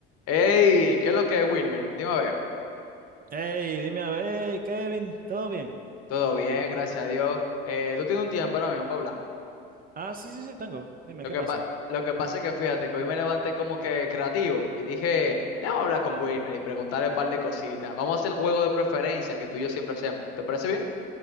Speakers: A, on the left (about 55°); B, on the right (about 30°).
A: Hey, ¿qué es lo que es Wilmer? Dime a ver.
B: Hey, dime a ver, Kevin, ¿todo bien?
A: Todo bien, gracias a Dios. Eh, tú tienes un tiempo ahora mismo para hablar.
B: Ah, sí, sí, sí, tengo. Dime,
A: Lo
B: ¿qué
A: que,
B: pasa?
A: pa- lo que pasa es que fíjate que hoy me levanté como que creativo y dije, vamos a hablar con Wilmer y preguntarle un par de cositas. Vamos a hacer el juego de preferencia que tú y yo siempre hacemos. ¿Te parece bien?